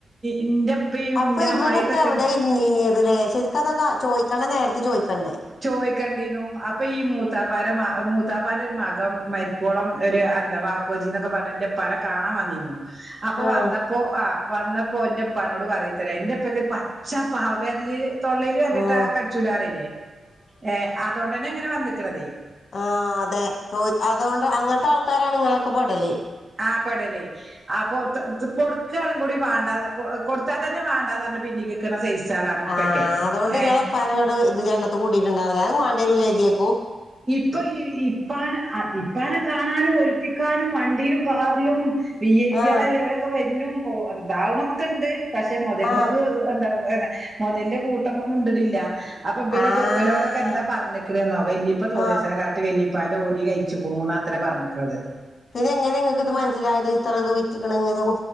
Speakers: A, on the right (about 25°); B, on the left (about 60°).
A: ഇന്റെ
B: അപ്പൊ ഇവലൊക്കെ
A: അമ്മായിയൊക്കെ
B: എവിടെ ഇരുന്നിനിയതലേ ശരിക്കതൊക്കെ ചോദിക്കണ്ടേ നേരത്തെ ചേദിക്കണ്ടെ,
A: ചോയ്ക്കണ്ടിനു അപ്പൊ ഈ മൂത്താപ്പാർ മൂത്താപ്പാന്റെ ഒരുമകൻ മരിക്കോളം ഒരു എന്താവാപ്പുജിന്നൊക്കെ പറഞ്ഞന്റെ പാനെകാണാൻവന്നിന്നു. അപ്പൊ
B: ആ
A: വന്നപ്പോ ആ വന്നപ്പോ എന്റെ. അപ്പാനോട് പറയുത്ര എറ അപ്പക്കെ ഒരു പച്ചവാണ് തൊള്ളിൽ വരല്ലിട്ടാ
B: ആഹ്
A: കടിച്ചൂലാറില്ലേ ഏ അതുകൊണ്ടന്നെ ഇങ്ങനെ വന്നിക്കണ.
B: ആ അതെ ചോ അതുകൊണ്ട് അങ്ങനത്തെ ആൾക്കാരാണ് ഇങ്ങനൊക്കെ പോടല്
A: ആ പടല് അപ്പൊ കൊടു കൂടി വേണ്ടാ കൊടുത്താൽ തന്നെ വേണ്ടാതണ്ട് പിന്നീ സ്ലൈള, ഇപ്പൊക്കെ
B: ആഹ് അതോണ്ട്
A: ഹെ
B: ഇങ്ങളെപ്പാനങ്ങട്ട് ഇത് ജന്നത്ത് കൂട്ടിയിട്ടുണ്ടാവൂല അത് വാണ്ടിരൂല ഇജ്ജേക്കും
A: ഇപ്പൊ ഇപ്പാന ഇപ്പാനെ കാണാനും ഒൽപ്പിക്കാനും വണ്ടിയിലും കാറിലും ബി ഐ പി
B: ആഹ്
A: ആളല്ല അവരൊക്കെ വരുന്നു എന്താ വരുന്നക്കെ ഉണ്ട് പക്ഷെ മുതൽമക്ക്
B: ആഹ്
A: എന്താ മുതലിന്റെ കൂട്ടം മുണ്ടിനില്ല അപ്പൊ ഇബല്
B: ആഹ്
A: ഇബലോടൊക്കെ എന്താ പറഞ്ഞിക്കണെന്നോ വല്യ
B: ആഹ്
A: നെ കാട്ടി വലിപ്പാന്റെ ഓരി കഴിച്ചുങ്ങൂ ണു. എന്നാ പറഞ്ഞിക്കുണു.
B: പിന്നെ എങ്ങനെ നിങ്ങക്ക് ഇത് മനസ്സിലായത് ഇത്ര ഇത് വിറ്റിക്കണ ഇങ്ങനെ